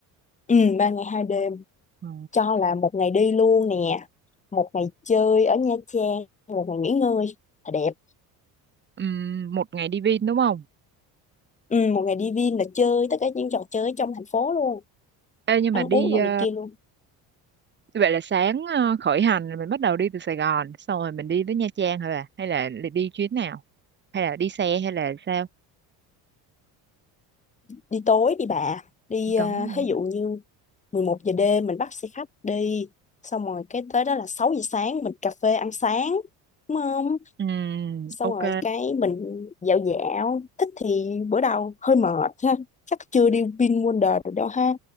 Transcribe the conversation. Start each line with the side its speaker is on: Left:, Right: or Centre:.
Left: ừ, ba ngày hai đêm
Right: Ừ.
Left: cho là một ngày đi luôn nè một ngày chơi ở Nha Trang một ngày nghỉ ngơi là đẹp
Right: Ừm, một ngày đi Vin đúng không?
Left: ừ, một ngày đi Vin là chơi tất cả những trò chơi trong thành phố luôn
Right: Ê nhưng
Left: ăn
Right: mà đi
Left: uống đồ
Right: ờ,
Left: này kia luôn
Right: vậy là sáng ờ, khởi hành là mình bắt đầu đi từ Sài Gòn, xong rồi mình đi tới Nha Trang hả bà? Hay là đi chuyến nào? Hay là đi xe hay là sao?
Left: đi tối đi bà đi
Right: Đúng.
Left: à, ví dụ như 11 giờ đêm mình bắt xe khách đi xong rồi cái tới đó là 6 giờ sáng mình cà phê ăn sáng đúng không
Right: Ừm,
Left: xong
Right: ok.
Left: rồi cái mình dạo dạo thích thì bữa đầu hơi mệt ha chắc chưa đi Vinwonder được đâu ha